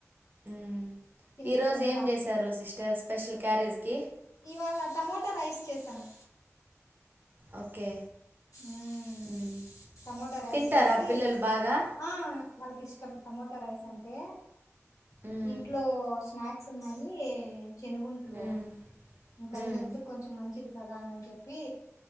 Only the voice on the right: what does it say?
మ్
ఈ రోజు
ఏం చేశారు సిస్టర్ స్పెషల్ క్యారేజ్కి
ఓకే
మ్మ్
తింటారా
పిల్లలు బాగా
మ్మ్
మ్మ్
మ్మ్